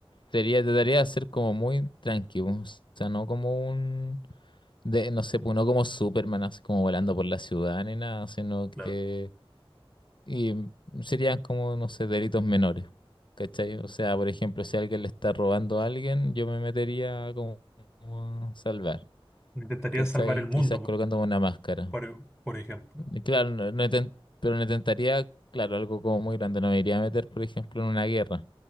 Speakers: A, on the left (about 55°); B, in the centre.
A: sería, trataría de ser como muy tranquilo, o sea, no como un, de, no sé, pues, no como Superman, así como volando por la ciudad ni nada, sino que...
B: Claro.
A: Y serían como, no sé, delitos menores, ¿cachai? O sea, por ejemplo, si alguien le está robando a alguien, yo me metería como a salvar,
B: Intentaría
A: ¿cachai?
B: salvar el mundo,
A: Quizás colocándome una máscara.
B: por, por ejemplo.
A: Y claro, no, no inten- pero no intentaría, claro, algo como muy grande. No me iría a meter, por ejemplo, en una guerra.